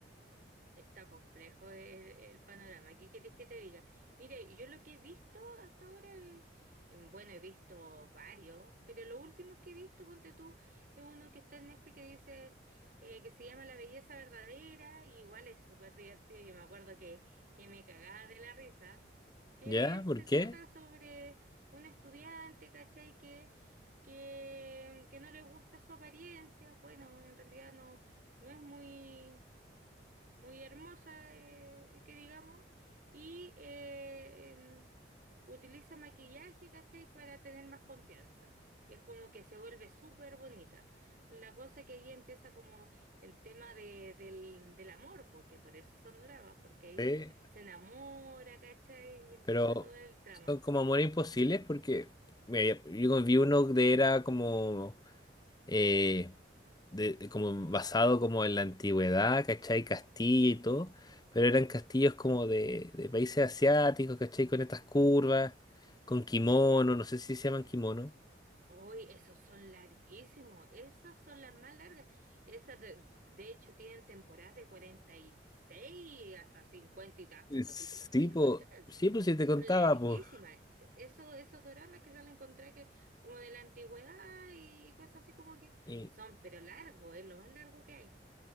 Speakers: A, on the right; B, on the left.
A: Está complejo el, el panorama. ¿Qué querés que te diga? Mire, yo lo que he visto hasta ahora es, em, bueno, he visto varios, pero los últimos que he visto, ponte tú, es uno que está en Netflix que dice eh, que se llama La belleza verdadera, y igual es súper divertido. Yo me acuerdo que, que me cagaba de la risa, que
B: ¿Ya?
A: se
B: ¿Por qué?
A: trata sobre un estudiante, ¿cachai? Que, que, que no le gusta su apariencia. Bueno, en realidad no, no es muy muy hermosa, eh, que digamos, y eh, em, utiliza maquillaje, ¿cachai? Para tener más confianza. Y es como que se vuelve súper bonita. La cosa que ahí empieza como el tema de, del, del amor, porque por eso son dramas, porque ahí
B: sí
A: se enamora, ¿cachai? Y empieza
B: Pero
A: todo el trama.
B: son como amores imposibles porque mira, yo, yo vi uno de era como eh, de- de como basado como en la antigüedad, ¿cachai? Castilla y todo, pero eran castillos como de, de países asiáticos, ¿cachai? Con estas curvas, con kimono, no sé si se llaman kimono.
A: Uy, esos son larguísimos, esas son las más largas. Esas de, de hecho tienen temporadas de 46 hasta 50 y tantos
B: Sí,
A: capítulos pueden
B: pues,
A: encontrar.
B: sí, pues si
A: Son
B: te contaba,
A: larguísimas.
B: pues.
A: E, Eso, esos doramas que salen encontrar que como de la antigüedad y cosas así como que
B: Y
A: son, pero largos, es lo más largo que hay.